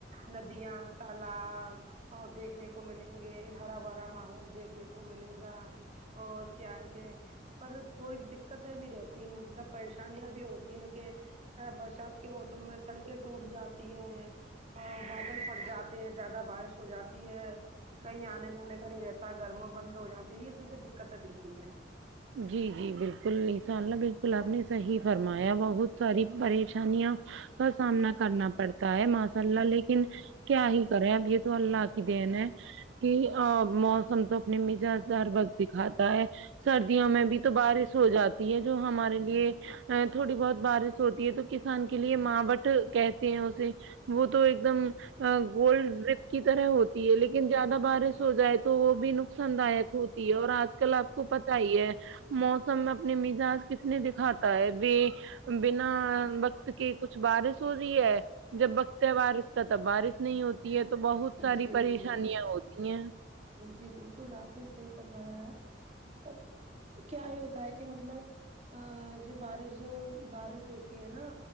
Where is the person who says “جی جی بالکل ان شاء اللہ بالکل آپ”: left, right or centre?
Right